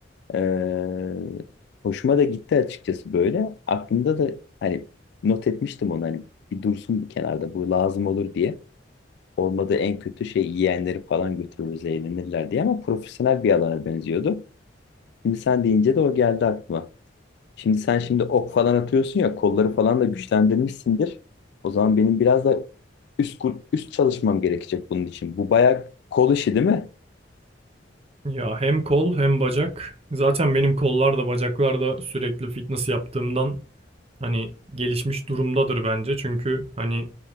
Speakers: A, on the left; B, on the right.
A: Ee, hoşuma da gitti açıkçası böyle. Aklımda da hani not etmiştim onu hani bir dursun bu kenarda bu lazım olur diye. Olmadı en kötü şey yiyenleri falan götürürüz eğlenirler diye ama profesyonel bir alana benziyordu. Şimdi sen deyince de o geldi aklıma. Şimdi sen şimdi ok falan atıyorsun ya kolları falan da güçlendirmişsindir. O zaman benim biraz da üst kur- üst çalışmam gerekecek bunun için. Bu bayağı kol işi değil mi?
B: Ya hem kol hem bacak. Zaten benim kollar da bacaklar da sürekli fitness yaptığımdan hani gelişmiş durumdadır bence. Çünkü hani